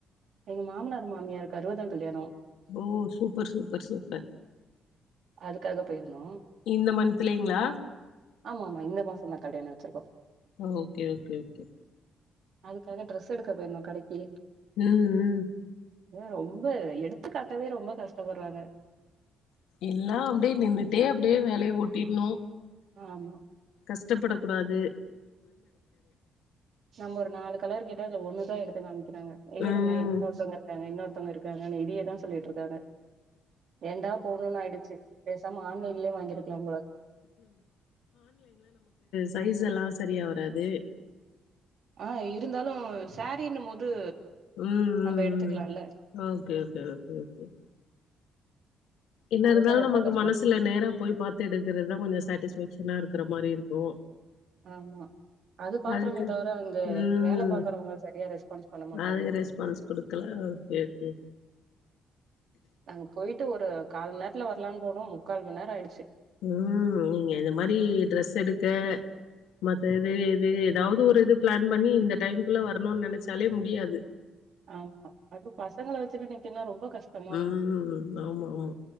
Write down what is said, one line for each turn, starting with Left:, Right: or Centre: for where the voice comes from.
Right: எங்க மாமனார் மாமியார்க் அறுவதாங் கல்யாணோ
Left: ஓ சூப்பர் சூப் பர் சூப்பர்
Right: அதுக்காக போயிர்ந்தோ
Left: இந்த மந்த்லேங்களா
Right: ஆமாமா இந்த மாசோந்தா கல்யாண செர்போ
Left: ஓ ஓகே ஓகே ஓகே
Right: அதுக்காக ட்ரெஸ் எடுக்க போயிருந்தோ கடைக்கி
Left: ம் ம்
Right: தோ ரொம்ப எடுத்துக் காட்டவே ரொம்ப கஷ்டப்படுறாங்க
Left: எல்லா அப்டே நின்னுட்டே அப்டே வேலய ஓட்டிட்ணூ
Right: ஆமா
Left: கஸ் டப்படக்கூடாது
Right: நம்ம ஒரு நாலு கலர் கேட் த ஒன்னு தா எடுத்தே நான் ங்க
Left: ம்
Right: இருங்க இன்னொருத்தங்க இருக்காங்க இன்னொருத் ஒருத்தவங்க இருக்காங்கன்னு இதியே தா சொல்லிட்ருக்காங்க ஏன்டா போணோன் ஆயிடுச்சு பேசாம ஆன்லைன்லயே வாங்கிருக்கலாம் போல
Left: சைஸெல்லா சரியா வராது
Right: ஆ இருந்தாலு சரீன்னும் போது
Left: ம்
Right: நம்ம
Left: ம்
Right: எடுத்துக்கலால்ல
Left: ம் ஆ கேக்குது கேக்குது என்ன
Right: அதுதா
Left: இருந்தாலு
Right: ரொம்ப
Left: நமக்கு
Right: கஷ்டமாச்சு
Left: மனசுல நேரா போய் பாத்து எடுக்கிறதுதா கொஞ்ச சேட்டிஸ்ஃபேக்ஷன் நல்லா இருக்கிற மாரி இருக்கு
Right: ஆமா அது பாக்றமே
Left: அதுக்கு
Right: தவர அங்க
Left: ம்
Right: வேல பாக்குறவங்க சரியா ரெஸ்பான்ஸ் பண்ண மாட்றாங்க
Left: அதுக்கு ரெஸ்பான்ஸ் குடுக்கல ஓகே ஓகே
Right: அங்க பொயிட் ட்டு ஒரு கால்மண் நேரத்ல வரலானு போணோ முக்கால் மண்ணேர ஆயிடுச்சு
Left: உம் நீங்க இந்த மாரி ட்ரெஸ் எடுக்க மத்த இது இது எதாவது ஒரு இது பிளான் பண்ணி இந்த டைம்குள்ள வரணுன் நெனச்சாலே முடியாது
Right: ஆமா அது பசங்கள வச்சுட்டு நிக்குன்னா ரொம்ப கஷ்டமா
Left: உம்
Right: இருக்கு
Left: ஆமா ஆமா